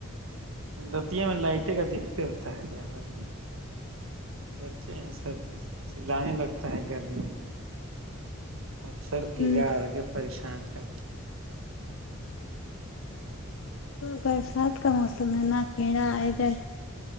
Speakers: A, on the right; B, on the left.
A: بتیاں میں لائٹیں کا دکھتے ہوتا ہے زیادہ تو بچے ہیں سب چلانے لگتا ہے گرمی میں مچھر کیڑا
B: ہوں
A: الگے پریشان کردیتے ہے
B: برسات کا موسم ہے نا کیڑا آئے گا ہی